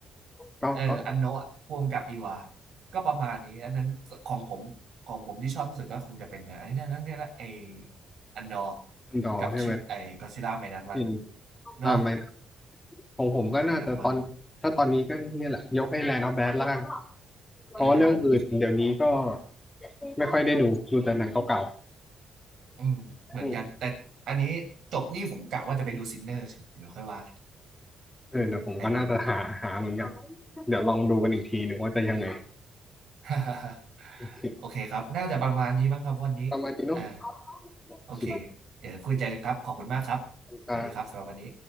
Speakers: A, on the left; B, on the right.
A: ก็ก็
B: เอออันโนะพ่วงกับอีวาก็ประมาณนี้อันนั้นของผมของผมที่ชอบที่สุดก็คงจะเป็นนะอันนี้นะนั่นนี่ละไออันดอร์
A: อันดอใช่ไหม
B: กับชินไอกอซิล่าไมนัสวัน
A: ชิน
B: เนาะ
A: อ่าไม่นะของผมก็น่าจะตอนถ้าตอนนี้ก็เนี่ยแหละยกให้แลนด์ออฟแบดละกัน
B: ไมนัสวัน
A: เพราะว่าเรื่องอื่นเดี๋ยวนี้ก็
B: เออ
A: ไม่ค่อยได้ดูดูแต่หนังเก่า
B: อืมเหมือนกันแต่อันนี้จบนี่ผมกะว่าจะไปดูซินเนอร์เดี๋ยวค่อยว่ากัน
A: ๆอืมเออเดี๋ยวผมก็น่าจะหาหาเหมือนกัน
B: ในโรง
A: เดี๋ยวลองดูกันอีกทีหนึ่งว่าจะยังไง
B: <laughs>
A: โอเค
B: โอเคครับน่าจะประมาณนี้มั้งครับวันนี้
A: ประมาณนี้เนาะ
B: อ่า
A: โอเค
B: โอเคเดี๋ยวคุยใจกันครับขอบคุณมากครับสวัสดีครับสำหรับวันนี้
A: อ่า